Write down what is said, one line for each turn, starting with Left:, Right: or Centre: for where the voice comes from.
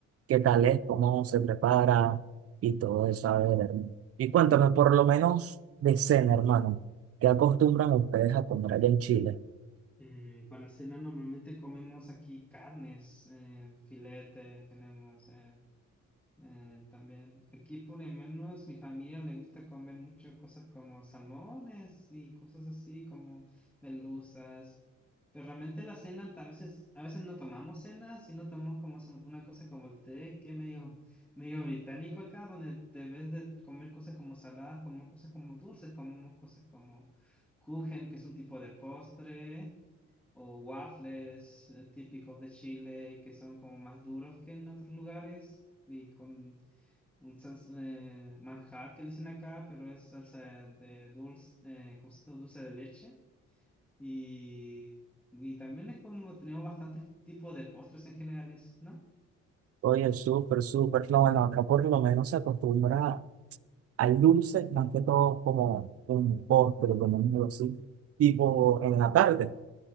Right: qué tal es, cómo se prepara y todo eso, a ver, hermano. Y cuéntame, por lo menos de cena, hermano, ¿qué acostumbran ustedes a comer allá en Chile?
Centre: Mm, para cena normalmente comemos aquí carnes, eh, filete, tenemos eh, eh, también. Aquí por lo menos mi familia le gusta comer mucho cosas como salmones y cosas así como merluzas. Pero realmente la cena a veces, a veces no tomamos cena, sino tomamos como se- una cosa como el té, que es medio, medio británico acá, donde de vez de comer cosas como saladas, comemos cosas como dulces, comemos cosas como kuchen, que es un tipo de postre o waffles eh, típicos de Chile que son como más duros que en otros lugares y con un sans- eh, manjar que le dicen acá, pero es salsa de dulce, eh, ¿cómo se llama? Dulce de leche. Y, y también es como tenemos bastantes tipos de postres en generales, ¿no?
Right: Oye, súper, súper. No, bueno, acá por lo menos se acostumbra al dulce, más que todo como un postre, como algo así, tipo en la tarde.